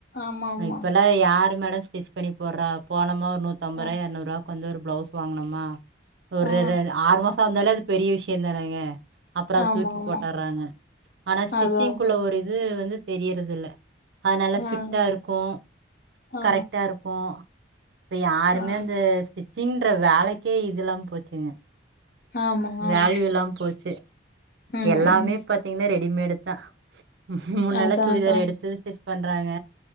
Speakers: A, on the left; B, on the right.
A: ஆமா ஆமா
B: இப்பல்லா யாரு மேடம் சைஸ் பண்ணி போட்றா போனமா நூத்தம்பரூவா
A: ஆ
B: எறநூறுரூவா கொஞ்ச ஒரு ப்ளவுஸ் வாங்கனமா ஒரு
A: ஆ
B: ரு ஆறு மாசம் வந்தாலே அது பெரிய விஷயம்தானங்க அப்பறோ அத
A: ஆமா
B: தூக்கி
A: ஆமா
B: போட்டறாங்க ஆனா ஸ்டிச்சிங்குள்ள
A: அதா அதா
B: ஒரு இது வந்து தெரியறதுல்ல அது நல்லா ஃபிட்டா
A: ஆ
B: இருக்கும்
A: ஆ
B: கரெக்டா இருக்கும் இப்ப யாருமே
A: ஆ
B: அந்த ஸ்டிச் சிங் ன்ற வேலைக்கே இது இல்லா போச்சுங்க
A: ஆமா ஆமா
B: வேல்யூல்லா போச்சு
A: ம்
B: எல்லாமே
A: ம்
B: பாத்தீங்கன்னா ரெடிமேட் தா முன்னெல்லாம்
A: அதா
B: சுடிதார்
A: அதா
B: எடுத்து பண்றாங்க